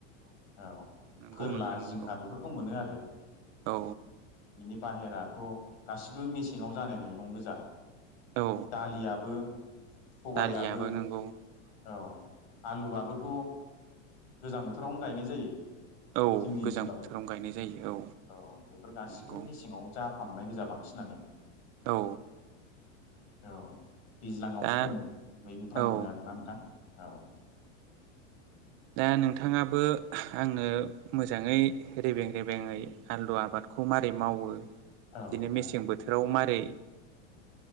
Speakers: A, on the left (about 55°); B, on the right (about 35°).
A: औ
B: नंगौ
A: फोरला
B: नोंथां
A: जिंखा
B: नंगौ
A: बेफोरखौ मोनो आरो
B: औ
A: नि बाहेराथ' गासिबो मेसेङाव जानाय मैगं गोजा
B: औ
A: दालियाबो सबायाबो
B: दालियाबो नंगौ
A: औ आलुआबोथ' गोजां बोथोरावनो गायनाय जायो।
B: औ
A: जोंनि
B: गोजां
A: ओनसोलाव
B: बोथोराव गायनाय जायो
A: औ बेफोर गासिबो
B: नंगौ
A: मेसेङाव जा फ्रामनाय गोजा बांसिनानो
B: औ
A: औ दैज्लाङाव
B: दा
A: खम मैगंफ्रा
B: औ
A: मोनो आरोना नोंथां औ
B: दा नोंथाङाबो आंनो मोजाङै रेबें रेबेङै आलु आबाद खौ माबारै मावो
A: औ
B: बिदिनो
A: नोंथां
B: मेसें बोथोराव माबारै